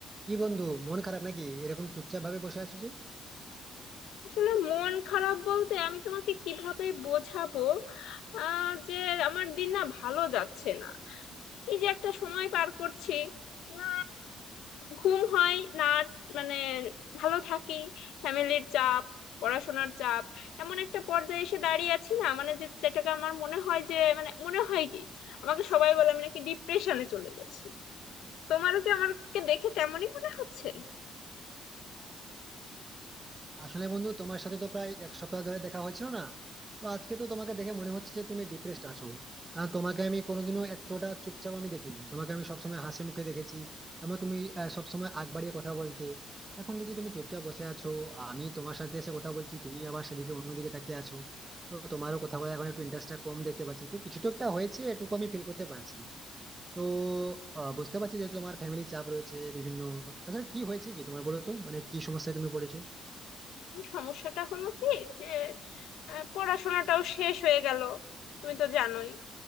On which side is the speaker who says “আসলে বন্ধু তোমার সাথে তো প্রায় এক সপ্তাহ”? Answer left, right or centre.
Right